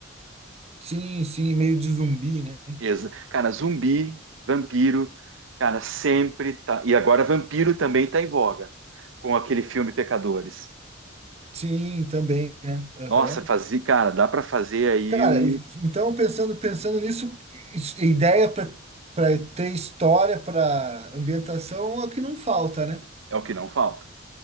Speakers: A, on the right; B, on the right.
A: sim, sim, meio de zumbi, né?
B: Ex- Cara, zumbi, vampiro, cara, sempre tá. E agora vampiro também tá em voga, com aquele filme Pecadores.
A: Sim, também, né? Aham.
B: Nossa, fazer, cara, dá para fazer aí
A: Cara,
B: um.
A: então pensando pensando nisso, is- ideia para para ter história, para ambientação é o que não falta, né?
B: É o que não falta.